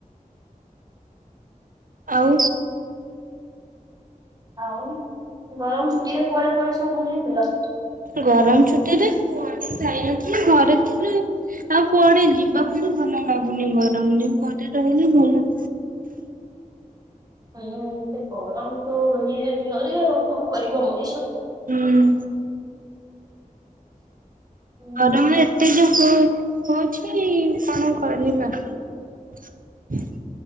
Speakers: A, on the right; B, on the right.
A: ଆଉ।
B: ଆଉ ଗରମ ଛୁଟିରେ କୁଆଡେ କୁଆଡେ ସବୁ ବୁଲିଥିଲ?
A: ଗରମ ଛୁଟିରେ କୁଆଡେ ଯାଇନଥିଲୁ ଘରେ ଥିଲୁ। ଆଉ କୁଆଡେ ଯିବାକୁ ବି ଭଲ ଲାଗୁନି ଗରମରେ ଘରେ ରହିଲେ ଭଲ। <inaudible>
B: ହୁଁ ଗରମ ତ ଇଏ ଜୋରେ ଆଉ କଣ କରିବ ମଣିଷ।
A: ହୁଁ।
B: ହୁଁ,
A: ଗରମ ଏତେ ଯୋ ହ-ହଉଛି କଣ କରିବା। ହୁଁ